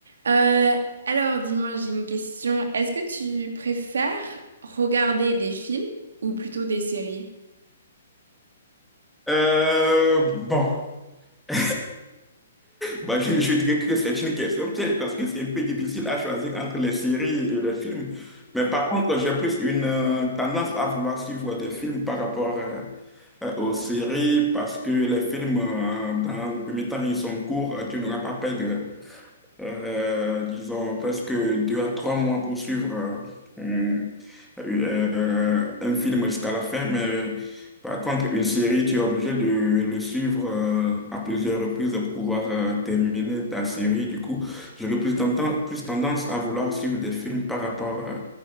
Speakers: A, on the right; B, in the centre.
A: Euh, alors, dis-moi, j'ai une question. Est-ce que tu préfères regarder des films ou plutôt des séries?
B: Euh, bon, <laughs> bah, je, je dirais que c'est une question piège parce que c'est un peu difficile à choisir entre les séries et les films. Mais par contre, j'ai plus une euh, tendance à vouloir suivre des films par rapport euh, euh, aux séries parce que les films, euh, dans le premier temps, ils sont courts, euh, tu n'auras pas à perdre euh, disons, presque deux à trois mois pour suivre euh, euh, un film jusqu'à la fin, mais par contre, une série, tu es obligé de le suivre euh, à plusieurs reprises pour pouvoir euh, terminer ta série. Du coup, j'aurais plus tendance, plus tendance à vouloir suivre des films par rapport euh,